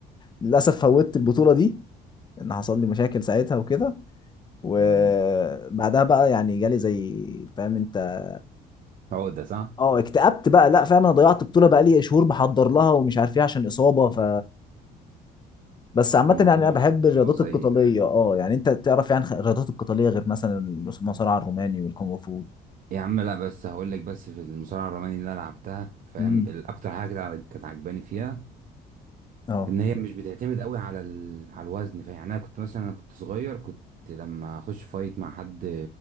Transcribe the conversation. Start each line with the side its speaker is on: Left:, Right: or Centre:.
Left: للاسف فوتت البطوله دي ان حصل لي مشاكل ساعتها وكده وبعدها
Right: مم.
Left: بقى يعني جالي زي فاهم انت
Right: عقدة صح؟
Left: اه اكتئبت بقى لا فاهم انا ضيعت بطوله بقى لي شهور بحضر لها ومش عارف ايه عشان اصابه ف بس عامه
Right: الموضوع
Left: يعني انا بحب
Right: الموضوع
Left: الرياضات
Right: سيء
Left: القتاليه
Right: يعني
Left: اه يعني انت تعرف يعني خ- الرياضات القتاليه غير مثلا المصارعه الروماني والكونغ فو
Right: يا عم لا بس هقول لك بس في المصارعة الروماني اللي أنا لعبتها فاهم
Left: امم
Right: الأكتر حاجة كانت عاجباني فيها
Left: اه
Right: ان هي مش بتعتمد قوي على ال... على الوزن فيعني انا كنت مثلا انا كنت صغير كنت لما اخش فايت مع حد